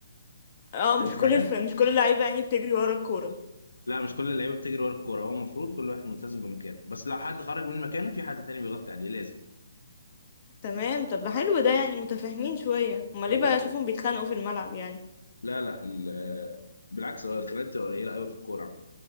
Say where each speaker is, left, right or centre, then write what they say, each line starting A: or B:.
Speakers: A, on the left (about 40°); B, on the left (about 85°).
A: اه
B: فهمت
A: مش كل
B: حاجه
A: الف... مش كل اللعيبة يعني بتجري ورا الكورة
B: لا مش كل اللعيبه بتجري ورا الكوره هو المفروض كل واحد ملتزم بمكانه بس لو حد خرج من مكانه في حد تاني بيغطي عليه لازم
A: تمام طب حلو ده يعني متفاهمين شوية امال
B: ايوه
A: ليه بقى اشوفهم
B: ايوه
A: بيتخانقوا في الملعب يعني
B: لا لا ال- بالعكس هو الخناقات بتبقى قليله قوي في الكوره